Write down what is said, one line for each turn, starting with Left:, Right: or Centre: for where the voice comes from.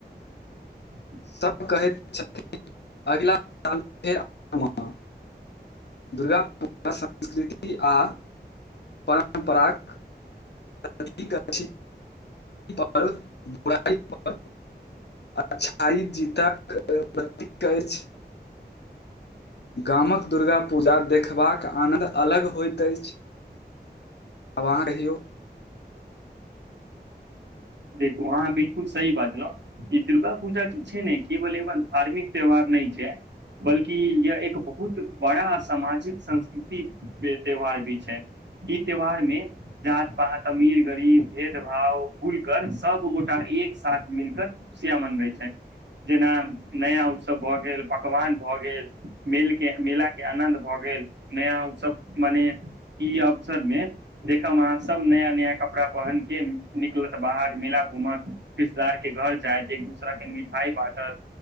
Right: ह <inaudible>
Left: सभ कहैत छथिन अगिला साल फेर आयब हम दुर्गा पूजा संस्कृति आ परम्पराक अछी बुराई पर अच्छाई जीतक प्रतीक अछि गामक दुर्गा पूजा देखबाक आनन्द अलग होइत अछि आब रहहिऔ
Right: देखू अहाँ बिलकुल सही बाजलहु ई दुर्गा पूजा जे छै ने केवल ए धार्मिक त्यौहार नहि छै बल्कि य एक बहुत बड़ा सामाजिक संस्कृतिक के त्यौहार भी छै ई त्यौहार में जात पात अमीर गरीब भेद भाव भूल कर सब गोटा एक साथ मिलकर खुशिया मनबै छैथ जेना नया उत्सव भऽ गेल पकवान भऽ गेल मेला के आनन्द भऽ गेल भेल नया उत्सव माने ई अवसर मे देखब अहाँ सब नया नया कपड़ा पहनक के निकलब बाहर मेला घूमत रिश्तेदार के घर जायत एक दूसरा के मिठाई बाँटत